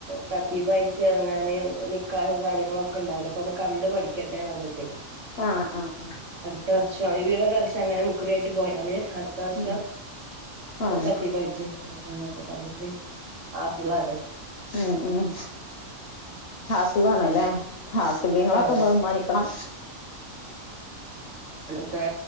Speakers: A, on the right; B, on the left.
A: ഖത്തീബായ്റ്റ് എറങ്ങാന് നിക്കാഹും കാര്യങ്ങളൊക്കെണ്ടാവൂലേ അപ്പൊന്ന് കണ്ടു പഠിക്കട്ടെ പറഞ്ഞിട്ട്
B: ആ ആആഹ്
A: അട്ത്ത വർഷം ഈ ഒര് വർഷം അങ്ങനെ മുക്രി ആയിറ്റ് പോയാല് അട്ത്ത വർഷം
B: ഉം ആഹ്
A: ഖത്തീബായ്റ്റ് അതാ ഒക്കെ പർഞ്ഞിട്ട് ഹാഫിളാണ്.
B: മ് മ് ഹാഫിളാണ്ലേ ഹാഫിളീങ്ങളൊക്കെ
A: ഏഹ്
B: ബഹുമാനിക്കണം.
A: ക്കെ